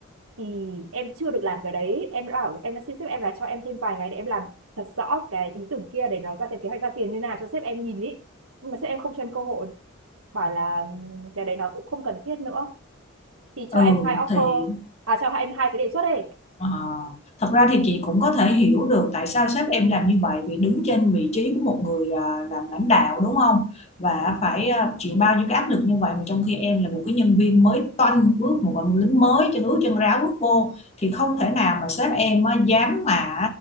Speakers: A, on the right; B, on the left.
A: thì em chưa được làm cái đấy em đã bảo em đã xin sếp em là cho em thêm vài ngày để em làm thật rõ cái ý tưởng kia để nó ra cái kế hoạch ra tiền như nào cho sếp em nhìn ý nhưng mà sếp em không cho em cơ hội bảo là "Ừm, cái đấy nó cũng không cần thiết nữa thì cho
B: ừ
A: em hai offer
B: thì
A: à cho em hai cái đề xuất ấy
B: Ờ, Thật ra thì chị cũng có thể hiểu được tại sao sếp em làm như vậy vì đứng trên vị trí của một người à, làm lãnh đạo đúng không? Và phải à, chịu bao nhiêu cái áp lực như vậy mà trong khi em là một cái nhân viên mới toanh bước một bạn lính mới chân ướt chân ráo bước vô thì không thể nào mà sếp em á, dám mà